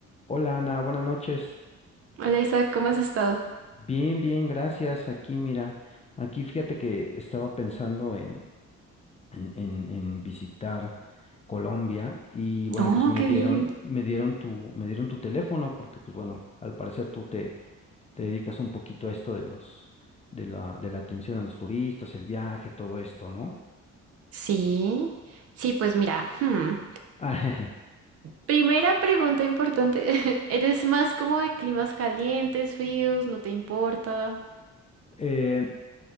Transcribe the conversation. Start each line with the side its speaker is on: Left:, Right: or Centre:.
Left: Hola Ana, buenas noches.
Right: Hola Isaac, ¿cómo has estado?
Left: Bien, bien, gracias. Aquí, mira, aquí fíjate que estaba pensando en, en, en- en visitar Colombia y bueno,
Right: Oh,
Left: pues me
Right: qué
Left: dieron,
Right: bien.
Left: me dieron tu, me dieron tu teléfono porque pues bueno, al parecer tú te, te dedicas un poquito a esto de los, de la, de la atención a los turistas, el viaje, todo esto, ¿no?
Right: Sí, sí, pues mira, hmm,
Left: <laughs>
Right: Primera pregunta importante. <laughs> ¿Eres más como de climas calientes, fríos? ¿No te importa?
Left: Eh,